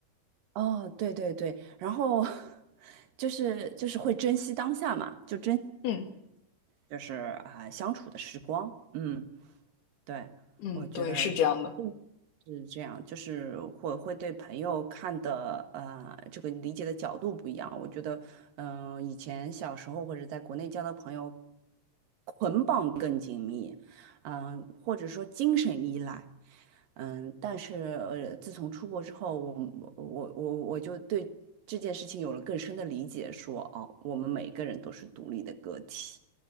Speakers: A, on the right; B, on the left.
A: 哦，对对对，然后 <laughs> 就是就是会珍惜当下嘛，就
B: 嗯
A: 就是啊、相处的时光，嗯，对，
B: 嗯，
A: 我觉得。
B: 对，是这样的。
A: 嗯。是这样，就是会会对朋友看的呃这个理解的角度不一样。我觉得，嗯、以前小时候或者在国内交的朋友，捆绑更紧密，嗯、或者说精神依赖，嗯、但是呃，自从出国之后，我我我我就对这件事情有了更深的理解说，哦，我们每个人都是独立的个体，